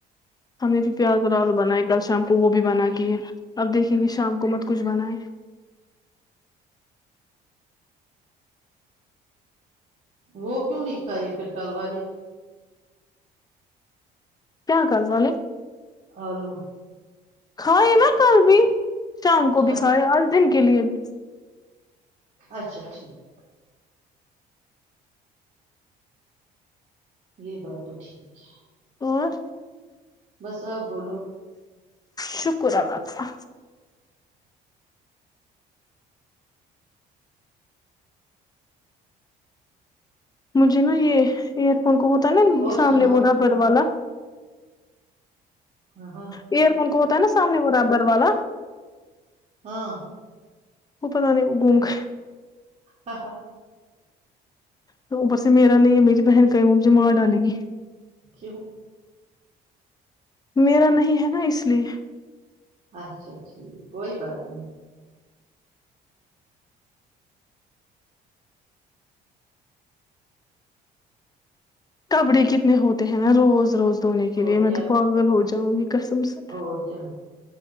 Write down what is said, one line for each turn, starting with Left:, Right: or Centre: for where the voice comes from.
Left: ہم نے بھی پیاز اور آالو بنائے کل شام کو وہ بھی بنا کے ہے اب دیکھیں گے شام کو مت کچھ بنائے
Right: وہ کیوں نہیں کا یہ پھر کل والے
Left: کیا کر والے
Right: آلو
Left: کاں ہے نا کل بھی شام کو بھی
Right: اچ-
Left: سھ اور دن کے لیے بھی
Right: اچھا ٹھیک یہ بات تو ٹھیک ہے
Left: اور
Right: بس آ بولو
Left: شکر ربابہ مجھے نا یہ ایئر فون کو ہوتا ہے نا
Right: اور
Left: سامنے
Right: سناؤ
Left: ب رابر والا
Right: ہاں ہاں
Left: ایئر فون کو ہوتا ہے نا سامنے برابر والا
Right: ہاں
Left: وہ پت نہیں وہ گھوم گ
Right: ہاں ہاں
Left: تو اوپر سے میرا نہیں ہے میری بہن کا ہے وہ مجھے مار ڈالے گی
Right: کیوں
Left: میرا نہیں ہے نا اس لیے
Right: اچھا ٹھیک کوئی بات نہیں
Left: کپڑے کتنے ہوتے ہیں نا روز روز دھونے کے
Right: اور
Left: لیے میں
Right: کیا
Left: تو پاگل ہو جاؤں گی کسم سے
Right: اور کیا